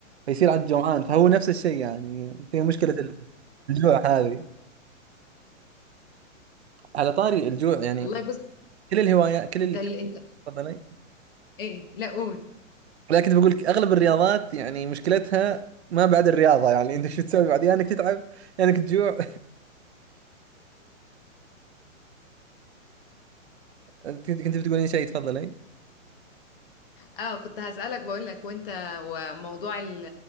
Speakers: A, on the right; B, on the left.
A: فيصير عاد جوعان فهو نفس الشيء يعني فيها مشكلة الجوع هذه على طاري الجوع يعني
B: والله بص
A: كل الهوايات كل ال...
B: انت ال...
A: كل-
B: انت
A: تفضلي
B: ايه لا قول
A: لكن بقول لك اغلب الرياضات يعني مشكلتها ما بعد الرياضه يعني انت شو تسوي بعد يا انك تتعب يا انك تجوع <laughs> كنت كنت بتقولين شيء تفضلي
B: اه كنت هسألك بقول لك وانت وموضوع ال-